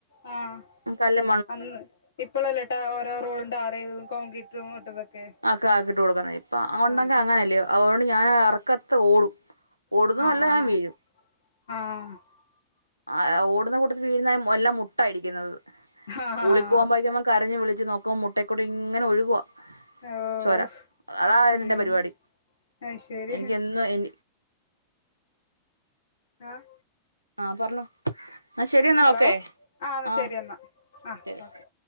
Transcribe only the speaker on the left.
ആഹ്
അന്ന് ഇപ്പോഴല്ലേട്ടാ ഓരോ റോഡ് ടാറ് ചെയ്തതും കോൺക്രീറ്റ് ഇട്ടതൊക്കെ
ആഹ്
അഹ്
അഹ് അഹ്
ആഹ്
ഓഹ്
ഉം
അയ്ശരി
ആഹ്
ഹലോ
എന്നാ
ശരി എന്നാ ആഹ്
ഓക്കെ